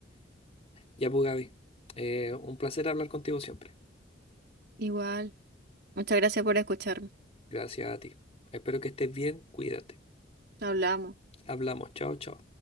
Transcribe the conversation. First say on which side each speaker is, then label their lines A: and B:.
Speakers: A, on the left; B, on the right.
A: Ya pues, Gaby, eh, un placer hablar contigo siempre.
B: Igual. Muchas gracias por escucharme.
A: Gracias a ti. Espero que estés bien, cuídate.
B: Hablamos.
A: Hablamos, chao, chao.